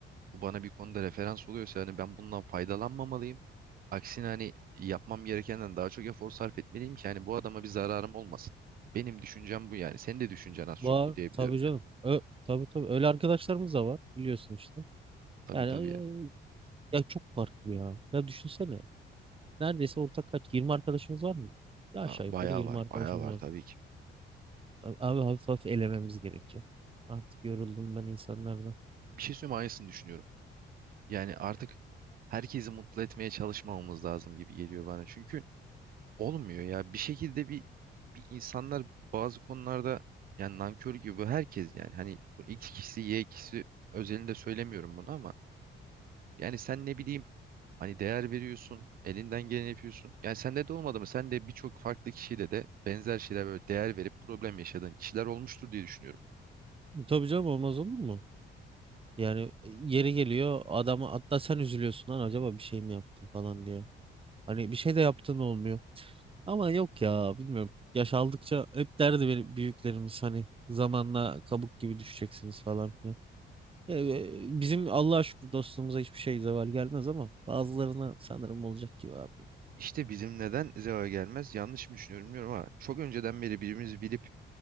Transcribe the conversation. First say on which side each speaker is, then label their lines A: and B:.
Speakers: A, on the right; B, on the right.
A: Bu bana bir konuda referans oluyorsa hani ben bundan faydalanmamalıyım. Aksine hani yapmam gerekenden daha çok efor sarf etmeliyim ki hani bu adama bir zararım olmasın. Benim düşüncem bu yani. Senin de düşüncen az çok
B: Var
A: bu diyebiliyorum
B: tabii canım.
A: ya.
B: Ö, tabii tabii öyle arkadaşlarımız da var biliyorsun işte.
A: Tabii
B: Yani
A: tabii ya.
B: ya, ya çok farklı ya. Ya düşünsene. Neredeyse ortak kaç? 20 arkadaşımız var mı? Ya aşağı
A: Ya Bayağı
B: yukarı 20
A: var,
B: arkadaşımız
A: bayağı var
B: var.
A: tabii ki.
B: A- Abi hafif hafif elememiz gerekecek. Artık yoruldum ben insanlardan.
A: Bir şey söyleyeyim mi? aynısını düşünüyorum. Yani artık herkesi mutlu etmeye çalışmamamız lazım gibi geliyor bana. Çünkü olmuyor ya. Bir şekilde bir, bir insanlar bazı konularda yani nankör gibi bu herkes yani hani bu X kişisi Y kişisi özelinde söylemiyorum bunu ama yani sen ne bileyim hani değer veriyorsun, elinden geleni yapıyorsun. Yani sende de olmadı mı? Sen de birçok farklı kişiyle de benzer şeyler böyle değer verip problem yaşadığın kişiler olmuştur diye düşünüyorum.
B: Tabii canım olmaz olur mu? Yani e, yeri geliyor adama hatta sen üzülüyorsun lan acaba bir şey mi yaptın falan diye. Hani bir şey de yaptın olmuyor. Ama yok ya bilmiyorum. Yaş aldıkça hep derdi benim büyüklerimiz hani zamanla kabuk gibi düşeceksiniz falan filan. Ee, bizim Allah'a şükür dostluğumuza hiçbir şey zeval gelmez ama bazılarına sanırım olacak gibi abi.
A: İşte bizim neden zeva gelmez yanlış mı düşünüyorum bilmiyorum ama çok önceden beri birbirimizi bilip